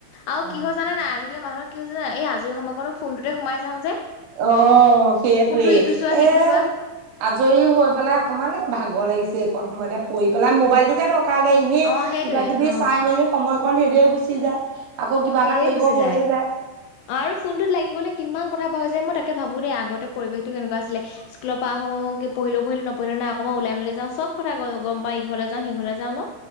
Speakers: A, on the left; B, on the right.
A: আৰু
B: অ
A: কি হয় জানে নাই আজিকালি মানুহৰ কি হৈছে এই আজৰি সময়কনো ফোনটোতে সোমাই যাও যে
B: অ সেইটোৱেই
A: ফোনটো ইটো চোৱা সিটো
B: এ
A: চোৱা
B: আজৰি হৈ পেলাই অকণমান এই ভাগৰ লাগিছে একণ সময়তে পৰি পেলাই মোবাইল টোকে ধৰক কালে এনেই
A: অ সেইটোৱে
B: কিবা কিবি
A: অ
B: চাই মেলি সময়কন সেইদৰে গুচি যায় আকৌ
A: অ
B: কিবা
A: সেই
B: এটা কৰিব
A: গুচি
B: হৈয়ে
A: যায় অ আৰু ফোনটোত লাগি গলে। কিমান কথা পাহৰি যায় মই তাকে ভাবোঁ দেই আগতে পৰিৱেশটো কেনেকুৱা আছিলে স্কুলৰ পৰা আহো কি পঢ়িলেও পঢ়িলো নপঢ়িলেও নাই মই ওলাই মেলি যাওঁ চব কথা গম পায় ঘৰত যাওঁ সিঘৰলৈ যাওঁ ন